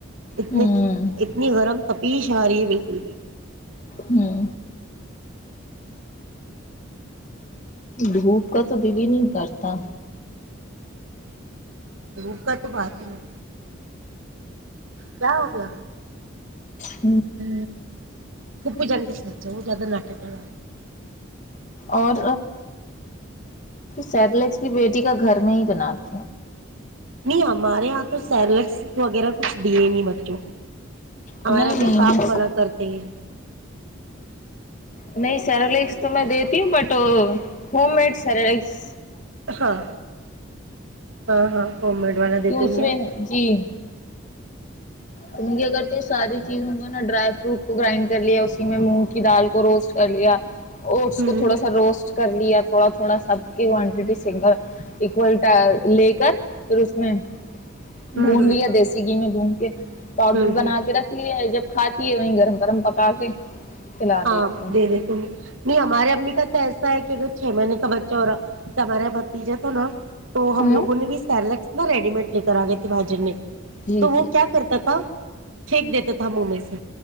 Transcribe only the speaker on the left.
ہوں
ہوں دھوپ کا تو دل ہی نہیں کرتا
ہ
اور سلس کی بیٹی کا گھر میں ہی بنااتا
نہیں
نہیں
میں
نہیں سرلگس تو میں دیتی ہوں بٹ ہوم میڈ سرلس
کی اس
میں
جی تو مے اگر تو یہ ساری چیزوں کو نا ڈرائی فروٹ کو گرائنڈ کر لیا اسی میں مونگ کی دال کو روسٹ کر لیا اوٹس
کو تھوڑا سا روسٹ کر لیا تھوڑا تھوڑا سب کی کوانٹیٹی سگل اول لے کر پھر اس می <unintelligible>
بھون
لیا دیسی گھی میں بھون کے پاؤڈر
بنا
کے رکھ لیا جب کھاتی ہے وہیں گرم گرم پکا کے کھلا
دیتی ہوں
ہاں
جی
جی
جی